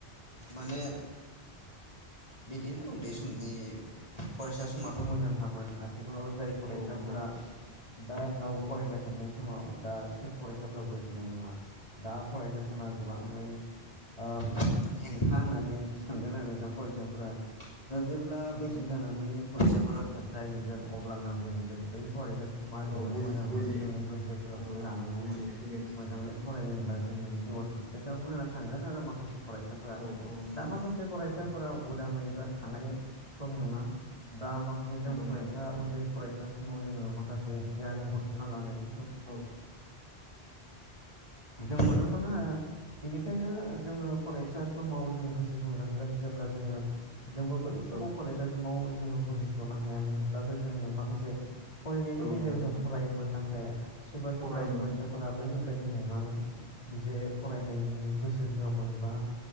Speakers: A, on the left (about 35°); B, on the right (about 55°).
A: माने बिदिनो उन्दै समनि फरायसा समाथ मोजांखामोन आथिखालाव जाय फरायसाफोरा
B: औ नंगौ नोंथां
A: दा गाव
B: औ
A: फरायबाय थानाय <unintelligible> फरायसाफोरा
B: औ
A: बोजिनाय नङा। दा फरायसा
B: नंगौ
A: समा
B: नोंथां
A: गोबाङै ओ हेंथा होननानै सानगोन आरो दा फरायसाफोरा दा जेब्ला
B: नंगौ
A: बैसो
B: नोंथां
A: जानानै फरायसाफोरा <unintelligible> जाहैगोन अब्लाना बुजिगोन बै फरायसा समा
B: औ
A: जोबोद
B: बुजि
A: मोजांमोन
B: बुजि
A: जों गोगो सोलोंथाइ
B: औ
A: लानांगौमोन
B: बुजिनाय फैगोन
A: मोजाङै फरायोब्ला जोङो जिउआव साक्सेस जागौमोन होनना सानगोन आरो माखासे फरायसाफोरा
B: औ औ नंगौ
A: दा
B: नोंथां
A: माखासे फरायसा
B: औ
A: नखराव उदाङै बा थानाय सम नङा दा माखासे
B: नंगौ
A: जों
B: नोंथां
A: फरायसा उन्दै फरायसा समाव जोङो माखासे गियान बुथुमना लानाय
B: औ <unintelligible>
A: जों नुनो मोनो ओ बेनिखायनो जोङो फरायसा समाव जों गोसोखांनांगोन। जेब्ला जोङो जोंबो बै समाव
B: औ
A: फरायसा समाव जोङो बुजिसनो हायामोनब्लाबो जोङो माखासे फरायनायनि
B: औ
A: बेलायाव
B: नंगौ नोंथां
A: जों फरायोमोन नाथाय सोरबा सोरबा
B: फरायोमोन
A: फरायसाफोरा बैफोर <unintelligible> निं नङामोन। जे फरायनायनि
B: औ
A: गोसो होआमोनबा